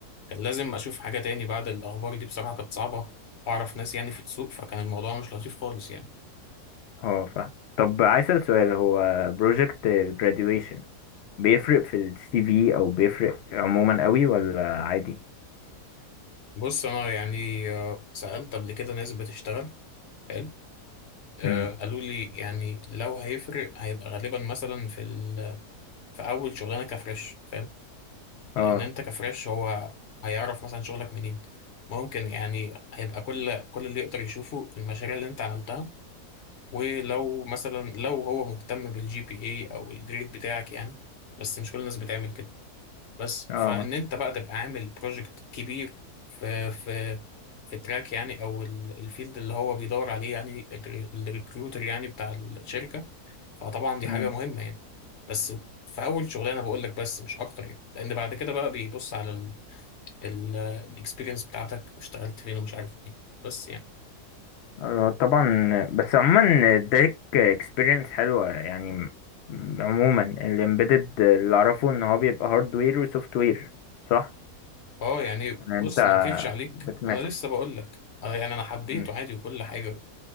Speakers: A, on the left (about 50°); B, on the left (about 80°).
A: كان لازم أشوف حاجة تاني بعد الأخبار دي بصراحة كانت صعبة وأعرف ناس يعني في السوق فكان الموضوع مش لطيف خالص يعني
B: هو فاهم طب عايز اسأل سؤال هو بروجكت الجراديويشن بيفرق في السي في او بيفرق عموما قوي ولا عادي
A: بص انا يعني آه، سألت قبل كده ناس بتشتغل حلو آه،
B: امم
A: قالوا لي يعني لو هيفرق هيبقى غالبا مثلا في ال... في اول شغلانه كفريش فاهم لان
B: اه
A: انت كفريش هو هيعرف مثلا شغلك منين ممكن يعني هيبقى كل كل اللي يقدر يشوفه المشاريع اللي انت عملتها ولو مثلا لو هو مهتم بالجي بي اي او الجريد بتاعك يعني بس مش كل الناس بتعمل كده بس
B: اه
A: فان
B: ما-
A: انت بقى تبقى عامل بروجكت كبير في في في تراك يعني او ال- الفيلد اللي هو بيدور عليه يعني الر- الريكروتر يعني بتاع الشركه فطبعا دي
B: مم.
A: حاجه مهمه يعني بس في اول شغلانه بقول لك بس مش اكتر يعني لان بعد كده بقى بيبص على الاكسبيرينس بتاعتك واشتغلت فين ومش عارف ايه بس يعني
B: آه، طبعا بس عموما اداك اكسبيرينس حلوه يعني م- عموما الامبيدد اللي اعرفه ان هو بيبقى هاردوير وسوفت وير صح
A: اه يعني
B: يعني انت
A: بص ما انكرش عليك
B: بتمكس
A: انا لسه بقول لك انا يعني انا حبيته
B: مم.
A: عادي وكل حاجه